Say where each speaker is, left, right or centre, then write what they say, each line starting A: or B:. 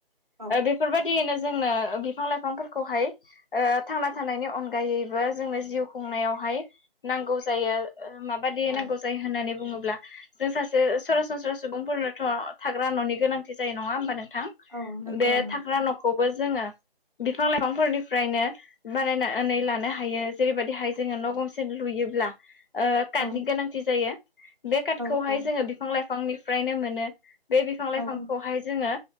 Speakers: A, on the right; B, on the left.
A: औ
B: बेफोरबायदियैनो जोंनो बिफां लाइफांफोरखौहाय ओ थांना थानायनि अनगायैबो जोंनो जिउ खुंनायावहाय नांगौ जायो। मा बादि
A: औ
B: नांगौ जायो होन्नानै बुङोब्ला जों सासे सरासनस्रा सुबुंफोरनोथ' थाग्रा न'नि गोनांथि जायो नङा होमबा नोंथां
A: औ नंगौ
B: बे
A: नों
B: थाग्रा न'खौबो जोङो बिफां लाइफांफोरनि फ्रायनो बानायनानैै लानो हायो जेरैबायदिहाय जोङो न' गंसे लुयोब्ला काटनि
A: औ
B: गोनांथि जायो बे काटखौहाय
A: औ औ
B: जोङो बिफां लाइफांनिफ्रायनो मोनो बे बिफां
A: औ
B: लाइफांखौहाय जोङो